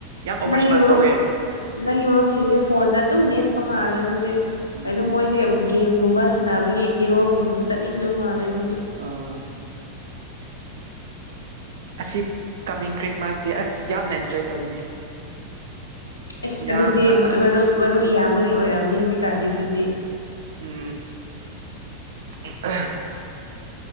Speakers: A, on the right (about 60°); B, on the left (about 80°).
A: ꯑꯣꯚꯔ
B: ꯅꯪꯒꯤ
A: ꯏꯁꯃꯥꯔꯠ
B: ꯃꯔꯨꯞ
A: ꯇꯧꯋꯦ
B: ꯅꯪꯒꯤ ꯃꯔꯨꯞꯁꯤꯡꯁꯦ ꯐꯣꯟꯗ ꯑꯗꯨꯝ ꯃꯦꯠꯄ ꯃꯥꯜꯂꯦ ꯑꯗꯨꯗꯤ
A: ꯎꯝ
B: ꯀꯩꯅꯣ ꯃꯣꯏꯁꯦ ꯒꯦꯝꯒꯨꯝꯕ ꯁꯥꯟꯅꯕꯒꯤ ꯀꯦꯔꯣꯜꯒꯨꯝꯕꯁꯨ ꯆꯠꯅꯤꯡꯗꯕ ꯃꯥꯜꯂꯦ ꯑꯗꯨꯗꯤ
A: ꯑꯥ ꯑꯁꯤ ꯀꯃꯤꯡ ꯈ꯭ꯔꯤꯁꯃꯥꯁꯗꯦ ꯑꯁ ꯌꯥꯝꯅ ꯑꯦꯟꯖꯣꯏ ꯇꯧꯒꯅꯤ
B: ꯑꯁ
A: ꯌꯥꯝꯅ
B: ꯑꯗꯨꯗꯤ ꯃꯔꯨꯞ ꯃꯔꯨꯞ ꯏꯌꯥꯝꯕꯒꯤ ꯑꯣꯏꯔꯝꯅꯤ ꯍꯧꯖꯤꯛꯀꯥꯟꯗꯤ ꯑꯗꯨꯗꯤ
A: ꯎꯝ ꯎꯝ ꯑꯍꯥꯝ <unintelligible>